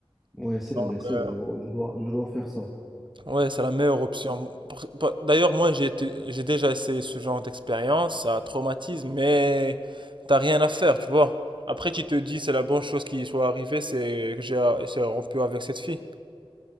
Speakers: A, in the centre; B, on the right.
A: Ouais, c'est
B: Donc,
A: vrai, c'est
B: euh,
A: vrai. Bon, Je dois, je dois faire ça.
B: ouais, c'est la meilleure option. Par- par- D'ailleurs, moi, j'ai été- j'ai déjà essayé ce genre d'expérience, ça traumatise, mais t'as rien à faire, tu vois. Après, tu te dis, c'est la bonne chose qui soit arrivée, c'est que j'ai j'ai rompu avec cette fille.